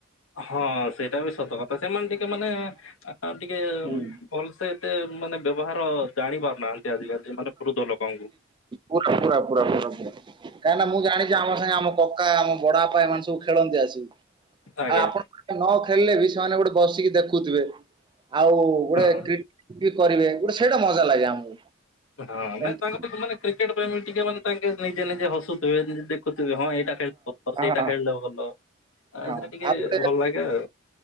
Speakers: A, on the left; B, on the right.
A: ହଁ ସେଇଟା ବି ସତ କଥା ସେମାନେ ଟିକେ ମାନେ ଟିକେ
B: ହୁଁ।
A: ଭଲସେ ଏତେ ମାନେ ବ୍ୟବହାର ଜାଣି ପାରୁନାହାନ୍ତି ଆଜିକାଲି ମାନେ ବୃଦ୍ଧ ଲୋକଙ୍କୁ
B: ପୁର ପୁରା ପୁର ପୁର ପୁର <inaudible> କାହିଁକି ନା ମୁଁ ଜାଣିଛି ଆମ ସାଙ୍ଗେ ଆମ କକା ଆମ ବଡା ବାପା ଏମାନେ ସବୁ ଖେଳନ୍ତି ଆସିବି
A: ଆଜ୍ଞା
B: ଆଉ ଆପଣ ନ ଖେଳିଲେ ବି ସେମାନେ ଗୋଟେ ବସିକି ଦେଖୁଥିବେ ଆଉ ଗୋଟେ୍ର
A: ହଁ।
B: କରିବେ ଗୋଟେ ସେଇଟା ମଜା ଲାଗେ ଆମକୁ।
A: ହଁ
B: ଏମତି
A: ନାଇଁ ତାଙ୍କର ମାନେ କ୍ରିକେଟ ପ୍ରେମ ଟିକେ ମାନେ ତାଙ୍କେ ନିଜେ ନିଜେ ହସୁଥିବେ ଦେ ହଁ ଏଇଟା ଖେଳିଲ ଭଲ
B: ହଁ
A: ସେଇଟା
B: ହଁ ହଁ
A: ଖେଳିଲେ ଭଲ ସେଇଟା
B: ହଁ
A: ଟିକେ
B: ଆଉ ଗୋଟେ
A: ଭଲ ଲାଗେ ଆଉ